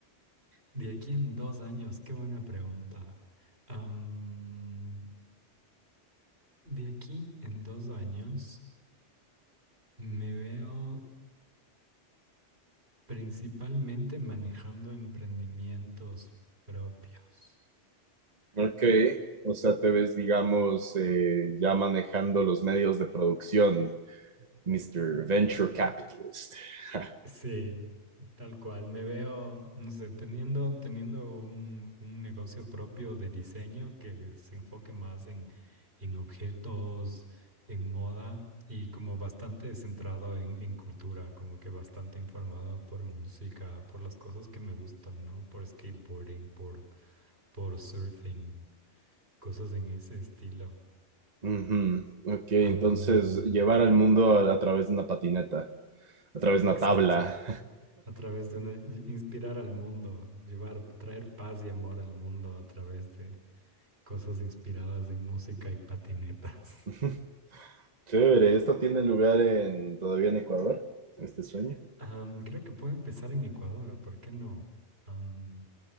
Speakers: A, on the right; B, on the right.
A: De aquí en dos años, qué buena pregunta. Am, de aquí en dos años me veo principalmente manejando emprendimientos propios.
B: Ok. O sea, te ves, digamos, eh, ya manejando los medios de producción, Mr. Venture Capitalist. <laughs>
A: Sí, tal cual. Me veo, no sé, teniendo, teniendo un, un negocio propio de diseño que se enfoque más en, en objetos, en moda y como bastante centrado en, en cultura, como que bastante informado por música, por las cosas que me gustan, ¿no? Por skateboarding, por, por surfing, cosas en ese estilo.
B: Ujú, Ok, entonces
A: Am,
B: llevar al mundo a, a través de una patineta, a través de
A: exacto.
B: una tabla.
A: a través de una, i- inspirar al mundo, llevar, traer paz y amor al mundo a través de cosas inspiradas en música y patinetas.
B: <laughs> Chévere, ¿esto tiene lugar en todavía en Ecuador, este sueño?
A: <laughs> Am, creo que puedo empezar en Ecuador, ¿por qué no? Am,